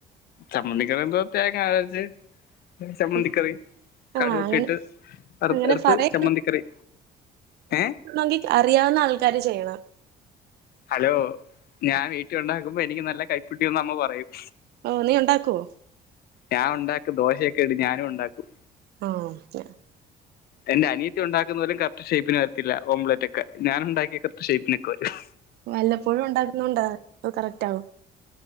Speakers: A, on the left; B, on the right.
A: ചമ്മന്തിക്കറി എന്തുവാ തേങ്ങ അരച്ച് ചമ്മന്തിക്കറി
B: ഉം. ആ
A: കടുവൊക്കെ
B: അങ്ങനെ
A: ഇട്ട് വറത്തെടുത്ത്
B: അങ്ങനെ പറയാ
A: ചമ്മന്തി കറി ഏഹ്
B: ണോങ്കി അറിയാവുന്ന ആൾക്കാര് ചെയ്യണം
A: ഹലോ ഞാൻ വീട്ടി ഒണ്ടാക്കുമ്പോ എനിക്ക് നല്ല കൈപ്പുണ്യവാന്ന് അമ്മ പറയും
B: ഓഹ് നീ ഒണ്ടാക്കുവോ?
A: ഞാൻ ഒണ്ടാക്കും ദോശയൊക്കെ ഇടി ഞാനും ഒണ്ടാക്കും
B: ആഹ് ഒക്കെ
A: എന്റെ അനിയത്തി ഒണ്ടാക്കുന്നതിലും കറക്റ്റ് ഷേപ്പിന് വരത്തില്ലാ ഓംപ്ലെയിറ്റൊക്കെ ഞാൻ ഒണ്ടാക്കിയ കറക്റ്റ് ഷേയ്പ്പിനൊക്കെ വരും
B: വല്ലപ്പോഴും ഒണ്ടാക്കുന്ന കൊണ്ടാ അത് കറക്റ്റാവും